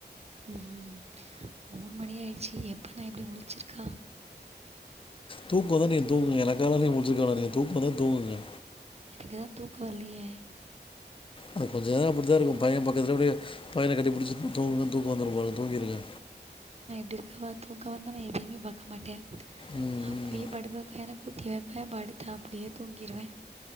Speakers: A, on the right; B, on the left.
A: ம் ம் மூணு மணி ஆயிடுச்சு எப்போ நா இப்டி முழுச்சிருக்கா
B: தூக்கோ வந்தா நீங் தூங்குங்க எனக்கு எங்கால முழுச்சுருக்க வேண்டா நீங்க தூக்கோ வந்தா தூங்குங்க
A: எனக்கு தா தூக்கோ வர்ல்லயே
B: அது கொஞ்சோ நேரோ அப்டிது இருக்கு பைய பக்கத்துலேயே அப்டியே பையன கட்டிப்புடிச்சுட்டு தூங்குங்க தூக்கோ வந்துரு உங்களுக் தூங்கிருங்க
A: ப்டி இருக்கவா தூங்கவாந்தா நா எதயுமே பாக்க மாட்டே
B: ம்,
A: அப்புடியே படுப்ப பேர கூட்டி வெப்பே படுத்த அப்புடியே தூங்கிருவே